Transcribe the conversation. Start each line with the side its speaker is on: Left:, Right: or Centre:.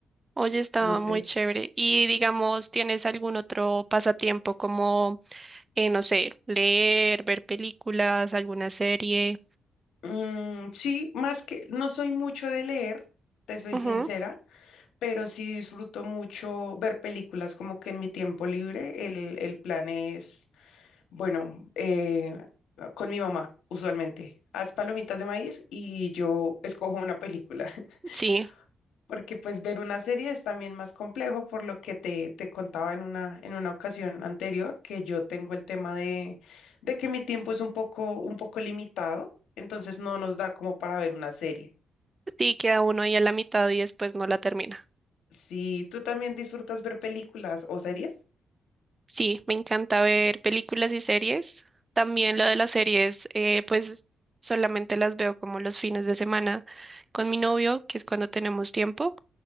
Right: oye, estaba
Left: no sé.
Right: muy chévere. Y digamos, ¿tienes algún otro pasatiempo como, eh, no sé, leer, ver películas, alguna serie?
Left: Mm, sí, más que no soy mucho de leer, te soy
Right: Ujú,
Left: sincera, pero sí disfruto mucho ver películas, como que en mi tiempo libre el, el plan es Bueno, eh, con mi mamá, usualmente. Haz palomitas de maíz y yo escojo una película, <laughs>
Right: Sí,
Left: porque pues ver una serie es también más complejo, por lo que te, te contaba en una, en una ocasión anterior, que yo tengo el tema de, de que mi tiempo es un poco, un poco limitado, entonces no nos da como para ver una serie.
Right: sí, queda uno ahí a la mitad y después no la termina.
Left: Si tú también disfrutas ver películas o series.
Right: Sí, me encanta ver películas y series. También lo de las series, eh, pues solamente las veo como los fines de semana con mi novio, que es cuando tenemos tiempo.